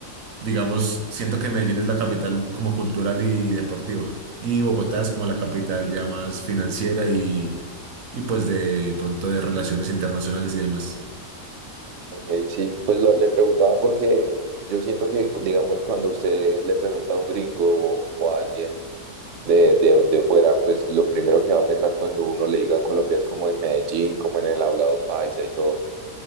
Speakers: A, on the right; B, on the right.
A: Digamos, siento que Medellín es la capital como cultural y deportiva. Y Bogotá es como la capital ya más financiera y, y pues de pronto de relaciones internacionales y demás.
B: Ok, sí, pues lo- le preguntaba porque yo siento que, digamos, cuando usted le pregunta a un gringo o, o a alguien de, de, de fuera, pues lo primero que va a pensar cuando uno le diga Colombia es como en Medellín, como en el hablado paisa y todo.